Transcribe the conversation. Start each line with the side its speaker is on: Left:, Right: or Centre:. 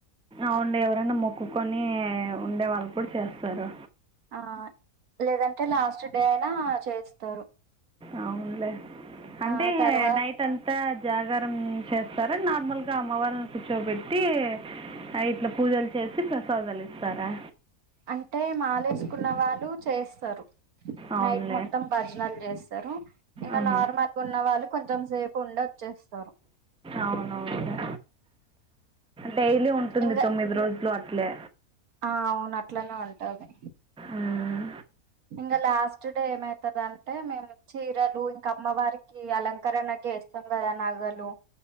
Centre: అవుండే ఎవరైనా మొక్కుకొని ఉండే వాళ్ళు కూడా చేస్తారు
Right: ఆ లేదంటే లాస్ట్ డే అయినా చేస్తారు.
Centre: అవునులే అంటే
Right: ఆ
Centre: ఇగా
Right: తర్వాత
Centre: నైట్ ఎంతా జాగరణ చేస్తార నార్మల్గా అమ్మవారిని కూర్చోబెట్టి ఆ ఇట్లా పూజలు చేసి ప్రసాదాలు ఇస్తారా
Right: అంటే మాలేసుకున్న వాళ్ళు చేస్తారు
Centre: అవునులే
Right: నైట్ మొత్తం భజనాలు చేస్తారు ఇంకా
Centre: ఉహు.
Right: నార్మల్గా ఉన్న వాళ్ళు కొంచెం సేపు ఉండే వచ్చేస్తారు
Centre: అవునవును డైలీ ఉంటుంది
Right: ఇంకా
Centre: తొమ్మిది రోజులు అట్లే
Right: ఆ అవును అట్లనే ఉంటది
Centre: మ్మ్.
Right: ఇంకా లాస్ట్ డే ఏమైతదాంటే మేము చీరలు ఇంక అమ్మవారికి అలంకరణ చేస్తాం కదా నగలు